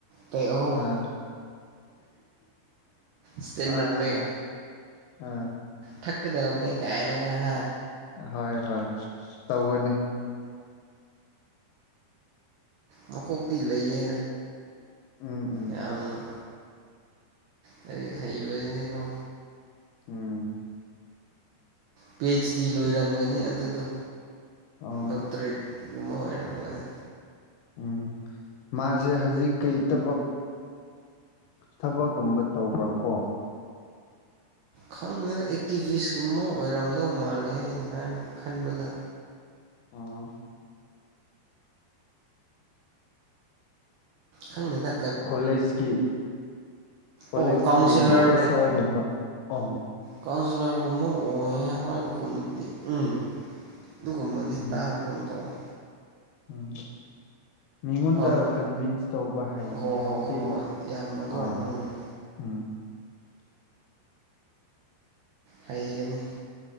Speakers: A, on the right; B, on the left.
A: ꯄꯦꯛ ꯑꯍꯨꯝ
B: ꯑꯥ
A: ꯁ꯭ꯇꯦꯟꯗꯔ
B: ꯑꯥ
A: ꯄꯦꯛ꯫
B: ꯑꯥ
A: ꯊꯛꯀꯗꯧꯕꯅꯤ ꯀꯥꯏꯅꯒ ꯍꯥ
B: ꯍꯣꯏ ꯍꯣꯏ ꯇꯧꯕꯅꯦ꯫
A: ꯃꯀꯣꯛꯇꯤ ꯂꯩꯌꯦ
B: ꯎꯝ ꯎꯝ
A: ꯌꯥꯝꯅ ꯂꯥꯏꯔꯤꯛ ꯍꯩꯕꯅꯤꯀꯣ꯫
B: ꯎꯝ
A: ꯄꯤ ꯑꯩꯆ ꯗꯤ ꯂꯣꯏꯔꯝꯒꯅꯤ ꯑꯗꯨꯗꯣ
B: ꯑꯣ
A: ꯗꯣꯛꯇꯔꯦꯠꯒꯨꯝꯕ ꯑꯣꯏꯔꯝꯒꯅꯤ
B: ꯎꯝ ꯃꯥꯁꯦ ꯍꯧꯖꯤꯛ ꯀꯩ ꯊꯕꯛ꯫ ꯊꯕꯛꯒꯨꯝꯕ ꯇꯧꯕ꯭ꯔꯥ ꯀꯣ
A: ꯈꯪꯗꯦꯗ ꯑꯦꯛꯇꯤꯚꯤꯁꯒꯨꯝꯕ ꯑꯣꯏꯔꯝꯗꯧ ꯃꯥꯜꯂꯦ ꯑꯩꯅ ꯍꯥꯏꯅ ꯈꯟꯕꯗ꯫
B: ꯑꯣ꯫
A: ꯈꯪꯗꯗ
B: ꯀꯣꯂꯦꯖꯀꯤ ꯀꯣꯂꯦꯖꯀꯤ
A: ꯑꯣ ꯀꯥꯎꯟꯁꯤꯂꯔ
B: ꯄ꯭ꯔꯣꯐꯦꯁꯔꯒꯨꯝꯕ ꯑ
A: ꯀꯥꯎꯟꯁꯤꯂꯔ ꯀꯨꯝꯕ ꯑꯣ ꯍꯕ ꯀꯨꯝꯗꯤ ꯎꯝ ꯑꯗꯨꯒꯨꯝꯕꯗꯤ
B: ꯎꯝ
A: ꯇꯥꯕꯒꯨꯝ ꯇꯧꯋꯦ꯫
B: ꯎꯝ꯫ ꯃꯤꯉꯣꯟꯗ
A: ꯑꯪ
B: ꯀꯟꯚꯤꯟꯁ ꯇꯧꯕ ꯍꯥꯏꯩꯅꯤ
A: ꯍꯣ
B: ꯍꯥꯏꯕꯗꯤ
A: ꯍꯣ ꯍꯣ ꯍꯣꯏ ꯌꯥꯝꯅꯀꯣ
B: ꯑꯥ
A: ꯎꯝ
B: ꯎꯝ
A: ꯍꯩꯒꯅꯤ